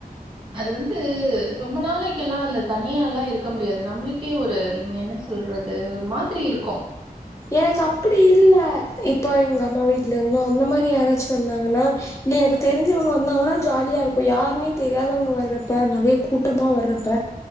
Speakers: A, on the right (about 30°); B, on the left (about 20°).
A: அது வந்து ரொம்ப நாளைக்கெல்லா அந்த தனியா எல்லா இருக்க முடியாது நம்ளுக்கே ஒரு ம் என்ன சொல்றது ஒரு மாதிரி இருக்கு
B: எனக்கு அப்படி இல்ல இப்போ எங்க அம்மா வீட்ல இருந்தோ அந்த மாரி ரி யாராச்சு வந்தாங்கன்னா இல்ல எனக்கு தெரிஞ்சவங்க வந்தாங்கன்னா ஜாலியா இருக்கு யாருனே தெரியாதவங்க வர்றப்ப நெறைய கூட்டமா வர்றப்ப